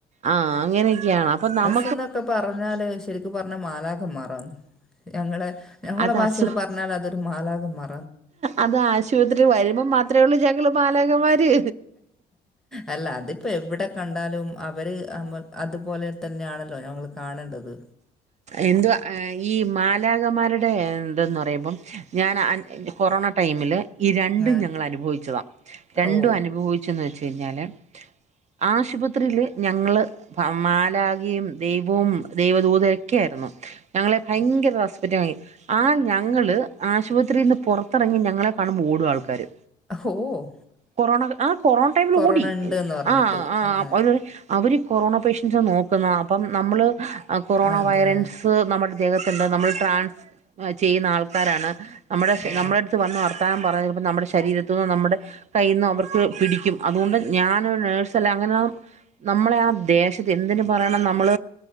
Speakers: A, on the right; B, in the centre.
A: ആഹ് അങ്ങനെയൊക്കെയാണ് അപ്പൊ നമ
B: ക്ക്ന്നൊക്കെ പറഞ്ഞാല് ശെരിക്കും പറഞ്ഞാ മാലാഘമാറാണ് ഞങ്ങളെ ഞങ്ങളെ
A: അത്
B: ഭാഷേല്
A: അസു
B: പറഞ്ഞാൽ അതൊരു മാലാഘമാ
A: അത് ആശുപത്രിയിൽ വരുമ്പോ മാത്രമേ ഉള്ളൂ ഞങ്ങൾ മാലാഘമാര്
B: അല്ല അതിപ്പോ എവിടെ കണ്ടാലും അവര് അമ്മ അതുപോലെ തന്നെയാണല്ലോ ഞങ്ങള് കാണണ്ടത്
A: എന്തുവാ ഈ മാലാഘമാരുടെ ഇതെന്ന് പറയുമ്പം ഞാൻ അൻ കൊറോണ ടൈമില് ഈ രണ്ടും
B: ആഹ്
A: ഞങ്ങൾ അനുഭവിച്ചതാ രണ്ടും
B: ഓ
A: അനുഭവി ച്ചെന്നു വെച്ച് കഴിഞ്ഞാല് ആശുപത്രിയില് ഞങ്ങള് പ മാലാഘയും ദൈവവും ദൈവദൂതയൊക്കെ ആയിരുന്നു ഞങ്ങളെ ഭയങ്കര റെസ് പെക്റ്റായി. ആ ഞങ്ങള് ആശുപത്രീന്ന് പുറത്തിറങ്ങി ഞങ്ങളെ കാണുമ്പോ ഓടും ആൾക്കാര്
B: ഓ
A: കൊറോണ ആഹ് കൊറോണ ടൈമിൽ
B: കൊറോണ
A: ഓടി
B: ഉണ്ട്ന്ന് പറഞ്ഞിട്ട്
A: ആഹ് ആഹ്
B: ആ
A: അവര് പറയും അവര് കൊറോണ പേഷ്യൻസിനെ നോക്കുന്നാ അപ്പം നമ്മള് കൊറോണ
B: അതെ
A: വൈറൻസ് സ് നമ്മടെ ദേഹത്ത്ണ്ട് നമ്മൾ ട്രാൻസ് ചെയ്യുന്ന ആൾക്കാരാണ് നമ്മുടെ
B: ഓ
A: നമ്മുടെ അടുത്ത് വന്നു വർത്താനം പറയുമ്പോ നമ്മുടെ ശരീര ത്തൂന്ന് നമ്മുടെ കയ്യീന്നും അവർക്ക് പിടിക്കും അതുകൊണ്ട് ഞാനൊരു നേഴ്സല്ലാ അങ്ങനെ നമ്മളെ ആഹ് ദേശത്ത് എന്തിന് പറയണം നമ്മൾ